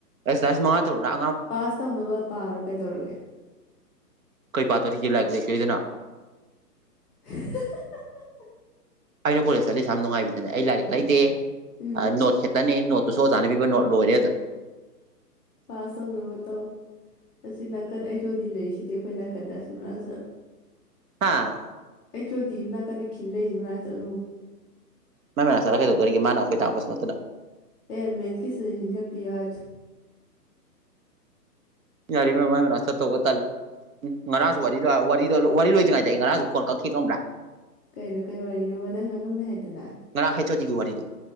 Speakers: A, on the right; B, in the centre.
A: ꯑꯩꯁ ꯃꯉꯥ ꯇ꯭ꯔꯣꯅ
B: ꯄꯥꯁ ꯇꯧꯅꯕ ꯄꯥꯔꯣ ꯀꯩꯗꯧꯔꯒꯦ
A: ꯀꯩ ꯄꯥꯠꯇꯣꯔꯤꯒꯦ ꯂꯥꯏꯔꯤꯛ ꯂꯩ ꯁꯣꯏꯗꯅ
B: <unintelligible>
A: ꯑꯩꯅ ꯀꯣꯂꯦꯖ ꯆꯠꯂꯤꯁꯦ ꯌꯥꯝ ꯅꯨꯡꯉꯥꯏꯕꯗꯨꯅꯦ ꯑꯩ ꯂꯥꯏꯔꯤꯛ ꯂꯩꯇꯦ
B: ꯎꯝ
A: ꯅꯣꯠ ꯈꯦꯠꯇꯅꯦ ꯅꯣꯠ ꯁꯨꯣꯖꯥꯅ ꯐꯤꯕ ꯂꯣꯏꯔꯦꯖ
B: ꯄꯥꯁ ꯇꯧꯅꯕ ꯇꯧ ꯑꯁꯤ ꯅꯥꯀꯟ ꯑꯩꯁꯨꯗꯤ ꯂꯩꯁꯤꯗꯤ ꯑꯩꯈꯣꯏ ꯅꯥꯀꯟ ꯀꯗꯁꯨ ꯃꯛꯁꯜ
A: ꯍꯥꯥ
B: ꯑꯩ ꯊꯣꯏꯗꯤ ꯅꯥꯀꯟꯗ ꯈꯤꯜ ꯂꯩꯔꯤꯁꯦ ꯃꯅꯥꯛ ꯆꯠꯂꯣ
A: ꯃꯥꯏ ꯃꯅꯥ ꯆꯠꯂꯒ ꯀꯩꯗꯧꯗꯧꯔꯤꯦ ꯃꯥꯅ ꯑꯩꯈꯣꯏ ꯇꯥꯛꯄꯁꯨ ꯅꯠꯇꯅ
B: ꯑꯦ ꯑꯃꯦꯁꯀꯤ ꯁꯖꯤꯦꯁꯟ ꯀ ꯄꯌꯥꯖ
A: ꯌꯥꯔꯤ ꯃꯃ ꯔꯁꯇꯧꯒ ꯇꯜ ꯎꯝ ꯉꯔꯥꯡꯁꯨ ꯋꯥꯔꯤꯗ ꯋꯥꯔꯤ ꯂꯣꯏꯁꯤꯉꯥꯏ ꯇ ꯑꯩ ꯉꯔꯥꯡꯁꯨ ꯐꯣꯟ ꯀꯛꯈꯤ ꯈꯪꯝꯕ꯭ꯔꯥ
B: ꯀꯩꯅꯣ ꯀꯩ ꯋꯥꯔꯤꯅꯣꯕ ꯅꯪ ꯉꯥꯡꯉꯝꯃꯦ ꯍꯥꯏꯗꯅ
A: ꯉꯔꯥ ꯈꯩ ꯆꯣꯖꯤꯒ ꯋꯥꯔꯤꯗ